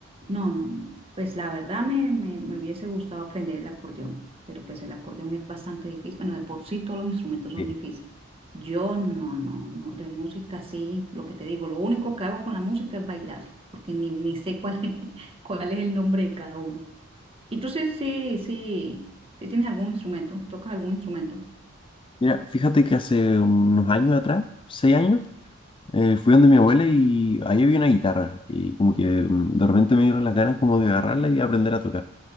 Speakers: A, on the right; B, on the left.
A: no, no, no. Pues la verdad me, me, me hubiese gustado aprender el acordeón, pero pues el acordeón es bastante difícil. Bueno, de por sí todos los instrumentos son
B: Sí.
A: difíciles. Yo no, no, no. De música sí, lo que te digo, lo único que hago con la música es bailar, porque ni, ni sé cuál es, <laughs> cuál es el nombre de cada uno. ¿Y tú sí, sí, sí, sí tienes algún instrumento? ¿Tocas algún instrumento?
B: Mira, fíjate que hace unos años atrás, seis años, eh, fui donde mi abuela y ahí había una guitarra y como que mm, de repente me dieron las ganas como de agarrarla y aprender a tocar.